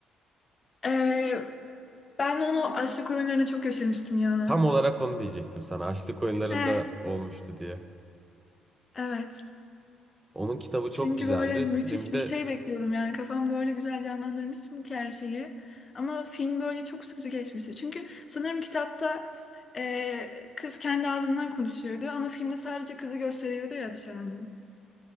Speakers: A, on the left (about 35°); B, on the right (about 15°).
A: Ee, ben onu açlık oyunlarına çok yaşamıştım ya.
B: Tam olarak onu diyecektim sana. Açlık Oyunları'nda
A: Heh,
B: olmuştu diye.
A: evet.
B: Onun kitabı
A: Çünkü
B: çok güzeldi.
A: böyle müthiş
B: Filmde
A: bir şey bekliyordum yani kafamda öyle güzel canlandırmıştım ki her şeyi. Ama film böyle çok sıkıcı geçmişti. Çünkü sanırım kitapta e, kız kendi ağzından konuşuyordu ama filmde sadece kızı gösteriyordu ya dışarıdan.